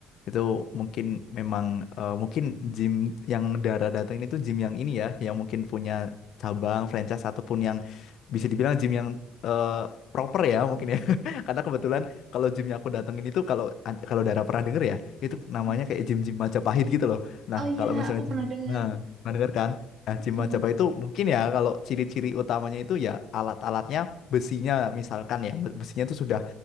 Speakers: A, on the left (about 70°); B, on the right (about 60°).
A: Itu mungkin memang eh, mungkin gym yang Dara datang ini tuh gym yang ini ya, yang mungkin punya cabang, franchise ataupun yang bisa dibilang gym yang eh, proper ya mungkin ya. <laughs> Karena kebetulan kalau gym yang aku datengin itu kalau kalau Dara pernah denger ya, itu namanya
B: Ya.
A: kayak gym-gym Majapahit gitu loh. Nah,
B: Oh iya,
A: kalau misalnya
B: aku pernah
A: gym
B: dengar.
A: nah, pernah denger kan? Nah, gym
B: Mm,
A: Majapahit itu mungkin ya kalau ciri-ciri utamanya itu ya alat-alatnya besinya misalkan ya, besinya itu sudah